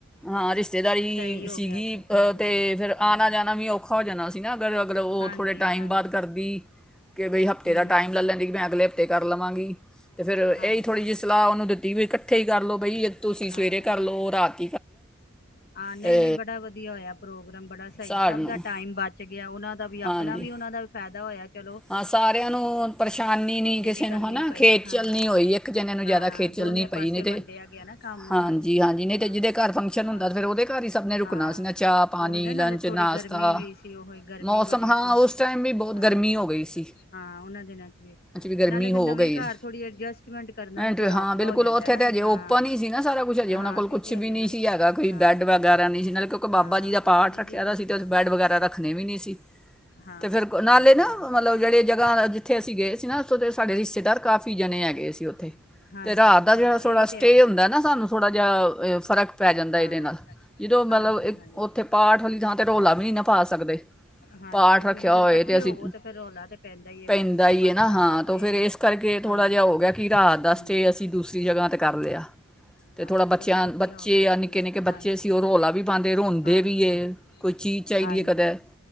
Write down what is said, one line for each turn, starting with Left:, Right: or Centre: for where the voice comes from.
Centre: ਹਾਂ ਰਿਸ਼ਤੇਦਾਰੀ
Left: ਸਹੀ ਹੋ
Centre: ਸੀਗੀ
Left: ਗਿਆ ਸੀ ਪ੍ਰੋਗਰਾਮ
Centre: ਅਤੇ ਫਿਰ ਆਉਣਾ
Left: ਹੂੰ।
Centre: ਜਾਣਾ ਵੀ ਔਖਾ ਹੋ ਜਾਣਾ ਸੀ ਨਾ ਅਗਰ ਅਗਰ ਉਹ
Left: ਹਾਂਜੀ
Centre: ਥੋੜ੍ਹੇ ਟਾਈਮ
Left: ਹਾਂਜੀ
Centre: ਬਾਅਦ ਕਰਦੀ ਕਿ ਬਈ ਹਫ਼ਤੇ
Left: ਹੂੰ
Centre: ਦਾ ਟਾਈਮ ਲੱ ਲੈਂਦੀ ਕਿ ਮੈਂ ਅਗਲੇ ਹਫ਼ਤੇ ਕਰ ਲਵਾਂਗੀ ਅਤੇ ਫਿਰ
Left: ਹਾਂਜੀ
Centre: ਇਹੀ ਥੋੜ੍ਹੀ ਜਿਹੀ ਸਲਾਹ ਉਹਨੂੰ ਦਿੱਤੀ ਵੀ ਇਕੱਠੇ ਹੀ ਕਰ ਲਉ ਤੁਸੀਂ
Left: ਹਾਂ।
Centre: ਸਵੇਰੇ ਕਰ ਲਓ ਰਾਤ
Left: ਹਾਂ ਨਹੀਂ
Centre: ਤੇ
Left: ਨਹੀਂ ਬੜਾ ਵਧੀਆ ਹੋਇਆ ਪ੍ਰੋਗਰਾਮ ਬੜਾ ਸਹੀ
Centre: ਸਾੜ
Left: ਸਭ
Centre: ਨੂੰ
Left: ਦਾ ਟਾਈਮ ਬੱਚ ਗਿਆ ਉਹਨਾਂ ਦਾ ਵੀ
Centre: ਹਾਂਜੀ
Left: ਆਪਣਾ ਵੀ ਉਹਨਾਂ ਦਾ ਵੀ ਫਾਇਦਾ ਹੋਇਆ ਚਲ
Centre: ਹਾਂ ਸਾਰਿਆਂ ਨੂੰ ਪਰੇਸ਼ਾਨੀ ਨਹੀਂ ਕਿਸੇ
Left: ਕਰਨੀ
Centre: ਨੂੰ ਹੈਾ
Left: ਪਈ
Centre: ਖੇਤ
Left: ਹਾਂਜੀ
Centre: ਚੱਲਣੀ ਹੋਈ ਇੱਕ ਜਣਿਆਂ ਨੂੰ
Left: ਹਾਂ
Centre: ਜ਼ਿਆਦਾ ਖੇਤ ਚੱਲਣੀ
Left: ਦੋਨੇ ਪਾਸੇ
Centre: ਪਈ ਨਹੀਂ ਤੇ
Left: ਵੰਡਿਆ ਗਿਆ ਨਾ ਕੰਮ
Centre: ਹਾਂਜੀ ਹਾਂਜੀ ਨਹੀਂ
Left: ਹਾਂ
Centre: ਤਾਂ ਜਿਹਦੇ ਘਰ ਫੰਕਸ਼ਨ
Left: ਆ
Centre: ਹੁੰਦਾ ਫਿਰ ਉਹਦੇ ਘਰ ਹੀ ਸਭ ਨੇ ਰੁਕਣਾ
Left: ਹਾਂ
Centre: ਸੀ ਨਾ ਚਾਹ ਪਾਣੀ
Left: ਉਹੀ ਨਾ ਨਾਲੇ
Centre: ਲੰਚ
Left: ਥੋੜ੍ਹੀ
Centre: ਨਾਸ਼ਤਾ
Left: ਗਰਮੀ ਵੀ ਸੀ ਉਹੀ ਗਰਮੀ
Centre: ਮੌਸਮ
Left: ਬੜੀ
Centre: ਹਾਂ
Left: ਸੀ
Centre: ਉਸ ਟਾਈਮ ਵੀ ਬਹੁਤ
Left: ਹਾਂ
Centre: ਗਰਮੀ ਹੋ ਗਈ ਸੀ
Left: ਹਾਂ ਉਹਨਾਂ ਦਿਨਾਂ ਚ ਵੀ
Centre: ਅੱਜ ਗਰਮੀ
Left: ਨਾਲੇ ਫਿਰ
Centre: ਹੋ
Left: ਨਵੇਂ
Centre: ਗਈ
Left: ਘਰ ਥੋੜ੍ਹੀ ਅਡਜਸਟਮੈਂਟ ਕਰਨਾ ਵੀ
Centre: ਐਂਟ
Left: ਥੋੜਾ
Centre: ਹਾਂ
Left: ਔਖਾ
Centre: ਬਿਲਕੁਲ
Left: ਹੋ ਜਾਂਦਾ
Centre: ਉੱਥੇ
Left: ਨਾ
Centre: ਤਾਂ ਅਜੇ
Left: ਹਾਂ
Centre: ਓਪਨ ਹੀ ਸੀ ਨਾ ਸਾਰਾ ਕੁਛ ਹਜੇ
Left: ਹਾਂ
Centre: ਉਹਨਾਂ ਕੋਲ
Left: ਕਿਉਂਕਿ
Centre: ਕੁਛ
Left: ਹਜੇ
Centre: ਵੀ ਨੀ
Left: ਉਹਨਾਂ
Centre: ਸੀ
Left: ਨੇ
Centre: ਹੈਗਾ ਕੋਈ
Left: ਹਾਂ
Centre: ਬੈੱਡ ਵਗੈਰਾ ਨਹੀਂ ਸੀ ਨਾਲੇ ਕਿਉਂਕਿ ਬਾਬਾ
Left: ਹਾਂ
Centre: ਜੀ ਦਾ ਪਾਠ
Left: ਓਪਨਿੰਗ
Centre: ਰੱਖਿਆ
Left: ਹੀ ਅਜੇ
Centre: ਦਾ
Left: ਤੱਕ
Centre: ਸੀ ਤੇ ਬੈੱਡ ਵਗੈਰਾ
Left: ਹਾਂਜੀ
Centre: ਰੱਖਣੇ ਵੀ ਨੀ ਸੀ
Left: ਹਾਂ
Centre: ਤੇ ਫਿਰ ਨਾਲੇ
Left: ਹਾਂਜੀ
Centre: ਨਾ
Left: ਹਾਂਜੀ
Centre: ਉਹ ਮਤਲਬ ਜਿਹੜੇ ਜਗ੍ਹਾ ਜਿੱਥੇ ਅਸੀਂ ਗਏ ਸੀ ਨਾ ਉੱਥੋਂ ਦੇ ਸਾਡੇ ਰਿਸ਼ਤੇਦਾਰ ਕਾਫੀ ਜਣੇ ਹੈਗੇ ਸੀ ਉੱਥੇ ਅਤੇ
Left: ਹਾਂਜੀ
Centre: ਰਾਤ ਦਾ
Left: ਹਾਂ
Centre: ਜਿਹੜਾ ਥੋੜ੍ਹਾ
Left: ਇਹ ਤੇ
Centre: ਸਟੇ
Left: ਹੈ
Centre: ਹੁੰਦਾ ਨਾ ਸਾਨੂੰ ਥੋੜ੍ਹਾ ਜਿਹਾ ਫਰਕ ਪੈ ਜਾਂਦਾ
Left: ਹਾਂ
Centre: ਇਹਦੇ ਨਾਲ ਜਦੋਂ ਮਤਲਬ
Left: ਹਾਂਜੀ ਹਾਂਜੀ
Centre: ਉੱਥੇ ਪਾਠ ਵਾਲੀ ਥਾਂ ਤੇ ਰੌਲਾ ਵੀ ਨਹੀਂ ਨਾ ਪਾ ਸਕਦੇ
Left: ਹਾਂਜੀ
Centre: ਪਾਠ
Left: ਉਹ
Centre: ਰੱਖਿਆ
Left: ਫਿਰ ਨਾ ਫਿਰ
Centre: ਹੋਏ
Left: ਇਕੱਠੇ
Centre: ਤੇ ਅਸੀਂ
Left: ਹੋਵੋ ਫਿਰ ਰੌਲਾ ਤੇ ਪੈਂਦਾ ਹੀ ਹੈ
Centre: ਪੈਂਦਾ
Left: ਫਿਰ ਗੱਲਾਂ
Centre: ਹੈ
Left: ਬਾਤਾਂ
Centre: ਨਾ ਹਾਂ
Left: ਬੱਚੇ
Centre: ਤੇ ਫੇਿਰ
Left: ਹਾਂ
Centre: ਇਸ ਕਰਕੇ ਥੋੜ੍ਹਾ
Left: ਹਾਂ
Centre: ਜਿਹਾ ਹੋ ਗਿਆ ਕਿ ਰਾਤ ਦਾ
Left: ਹਮ
Centre: ਸਟੇ ਅਸੀਂ ਦੂਸਰੀ ਜਗ੍ਹਾ ਤੇ ਕਰ ਲਿਆ ਤੇ
Left: ਹਾਂ
Centre: ਥੋੜ੍ਹਾ ਬੱਚਿਆਂ
Left: ਚਲੋ ਵਧੀਆ
Centre: ਬੱਚੇ
Left: ਹੋ ਗਿਆ
Centre: ਜਾਂ ਨਿੱਕੇੇ
Left: ਠੀਕ
Centre: ਨਿੱਕੇੇ
Left: ਹਾਂਜੀ
Centre: ਬੱਚੇ ਸੀ ਉਹ ਰੌਲਾ ਵੀ ਪਾਉਦੇ ਰੋਂਦੇ
Left: ਹਾਂਜੀ
Centre: ਵੀ ਹੈ ਕੋਈ ਚੀਜ਼ ਚਾਹੀਦੀ
Left: ਹਾਂਜੀ
Centre: ਹੈ ਕਦੇ